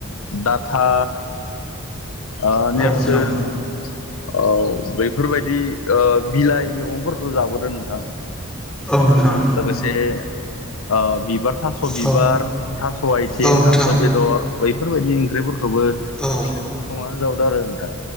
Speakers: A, on the left; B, in the centre.
A: डाथा ओ नेरसोन
B: नोंथां
A: औ बेफोरबायदि ओ बिलाइ मैगंफोरखौ जाबोदों नोंथां।
B: औ नोंथां।
A: लोगोसे ओ बिबार थास' बिबार
B: औ
A: थास' आइथिं
B: औ नोंथां
A: थास' बेदर बैफोरबायदि ओंख्रिफोरखौ खौबो
B: औ
A: संनानै जाबोदों आरो नोंथां